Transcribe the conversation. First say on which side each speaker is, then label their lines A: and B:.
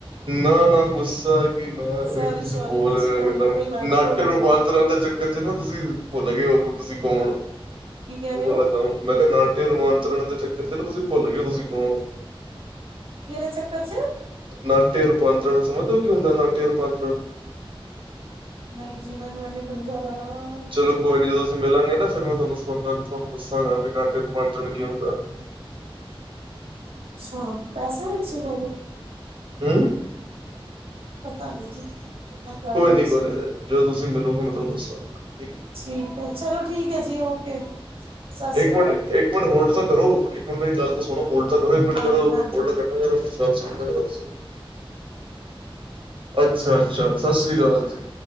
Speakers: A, on the right (about 60°); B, on the right (about 75°).
A: ਨਾ ਨਾ ਗੁੱਸਾ ਕੀ ਨਾ ਉਹ
B: ਸੋਰੀ
A: ਤੁਸੀਂ
B: ਸੋਰੀ
A: ਬੋਲ
B: ਤੁਸੀਂ
A: ਰਹੇ
B: ਬੋਲੋ
A: ਹੋ ਇੱਕਦਮ
B: ਕੋਈ ਗੱਲ
A: ਨਾਟੇ
B: ਨੀ ਬੋਲੋ
A: ਰੂਪਾਂਤਰਾਂ
B: ਬੋਲੋ
A: ਦੇ ਚੱਕ ਰ ਜ ਨਾ ਤੁਸੀਂ ਭੁੱਲ ਗਏ ਹੋ ਕਿ ਤੁਸੀਂ ਕੌਣ ਉਹ
B: ਕੀ ਕਹਿ ਰਹੇ
A: ਵਾਲਾ
B: ਹੋ
A: ਗਾ ਮੈਂ ਕਿਹਾ ਨਾਟਿਆ ਰੂਮਾਂਤਰਣ ਦੇ ਚੱਕਰ ਚ ਤੁਸੀਂ ਭੁੱਲ ਗ ਤੁਸੀਂ ਕੌਣ
B: ਕਿਹੜੇ ਚੱਕਰ ਚ
A: ਨਾਟਿਆ ਰੂਪਾਂਤਰਣ ਸਮਝਦਾ ਹੋ ਕੀ ਹੁੰਦਾ ਨਾਟਯ ਰੂਪਾਂਤਰ
B: ਨਹੀਂ ਜੀਵਨ ਮ ਨਹੀਂ ਪੰਜਾਬ
A: ਚਲੋ ਕੋਈ ਨੀ ਜਦੋਂ ਅਸੀਂ ਮਿਲਾਂਗੇ ਨਾ ਫੇਿਰ ਮੈਂ ਤੁਹਾਨੂੰ ਸ ਤੁਹਾਨੂੰ ਦੱਸਾਂਗਾ ਵੀ ਘੰਟੇ ਤੇ ਪਹੁੰਚਣ ਕੀ ਹੁੰਦਾ
B: ਅੱਛਾ ਪੈਸੇ ਵਿੱਚਛੇ ਬ
A: ਹੂੰ
B: ਪਤਾ ਨ ਜੀ ਗੱਲਾਂ ਕਰ
A: ਕੋਈ
B: ਰਹੇ ਹੋ
A: ਨੀ
B: ਤੁਸੀਂ
A: ਕੋਈ ਜੇ ਤੁਸੀਂ ਮਿਲੋਗੇ ਮੈਂ ਤੁਹਾਨੂੰ ਦੱਸਾਂਗਾ ਠੀਕ ਹੈ
B: ਠੀਕ ਹੈ ਚਲੋ ਠੀਕ ਹੈ ਜੀ ਓਕੇ ਸਤਿ ਸ੍ਰੀ
A: ਇੱਕ
B: ਅਕਾਲ
A: ਮਿੰਟ ਇੱਕ ਮਿੰਟ ਹੋਲਡ ਤਾਂ ਕਰੋ, ਇੱਕ ਮਿੰਟ ਮੇਰੀ ਗੱਲ ਤਾਂ ਸੁਣੋ ਹੋਲਡ ਤਾਂ ਕਰੋ, ਇੱਕ ਮਿੰਟ
B: ਹਾਂਜੀ
A: ਜਦੋਂ ਮਿੰਟ
B: ਹਾਂਜੀ
A: ਹੋਲਡ ਕਰ ਮਜ਼ਾਰ ਅ ਚਲ ਮਜ਼ ਅੇ ਅੱਛਾ ਅੱਛਾ ਸਤਿ ਸ੍ਰੀ ਅਕਾਲ ਜੀ